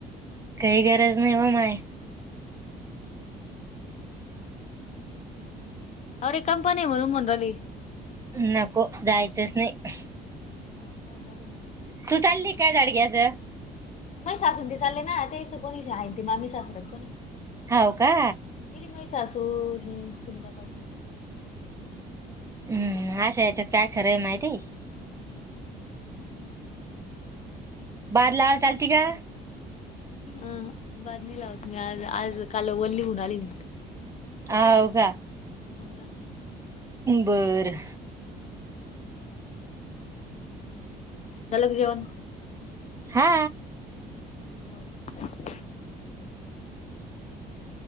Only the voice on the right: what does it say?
काही गरज नाही हो माय
नको जायचंच नाही
तू चालली काय जाडग्याचं
होव का
हम्म अशा याच्यात काय खरंय माहिती
बाार ला आ चालते का
ह हो का
बरं
हा